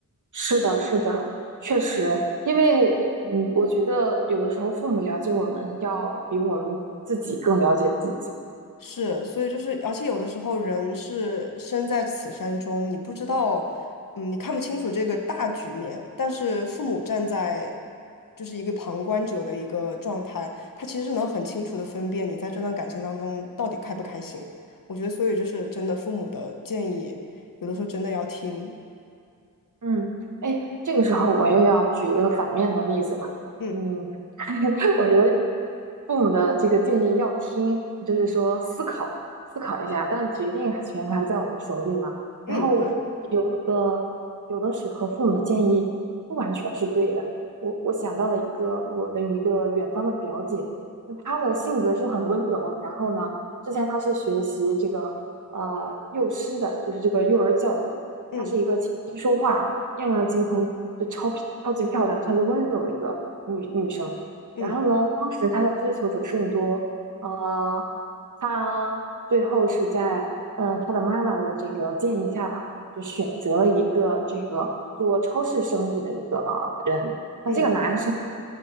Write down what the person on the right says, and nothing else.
是的，是的，确实，因为嗯，我觉得有的时候父母了解我们要比我们自己更了解自己。
嗯，哎，这个时候我也要举一个反面的例子吧。
嗯，<laughs> 我觉得父母的这个建议要听，就是说思考思考一下，但决定权还在我们手里嘛。然后有的有的时候父母的建议不完全是对的。
我我想到了一个我的一个远方的表姐，那她的性格是很温柔，然后呢，之前她是学习这个呃幼师的，就是这个幼儿教育。
她是一个琴棋书画样样精通，就超超级漂亮、超级温柔的一个女女生。
然后呢，当时她的追求者甚多，呃，她最后是在呃她的妈妈的这个建议下吧，就选择了一个这个做超市生意的一个人。
那这个男生